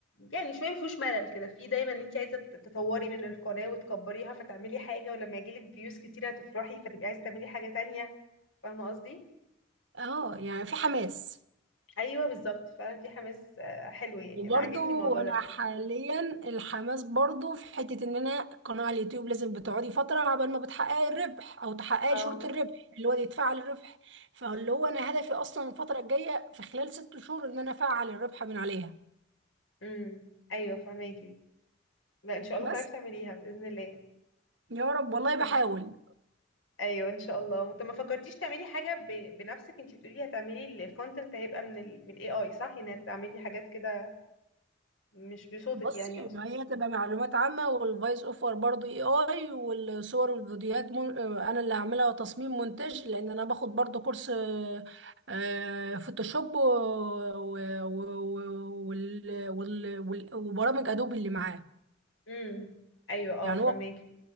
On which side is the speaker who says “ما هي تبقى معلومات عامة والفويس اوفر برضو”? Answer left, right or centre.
Right